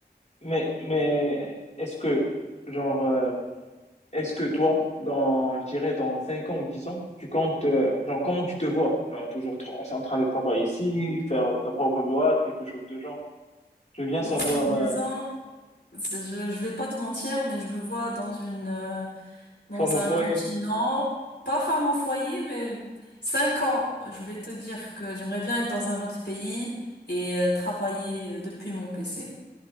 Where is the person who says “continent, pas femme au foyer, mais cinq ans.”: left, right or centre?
Left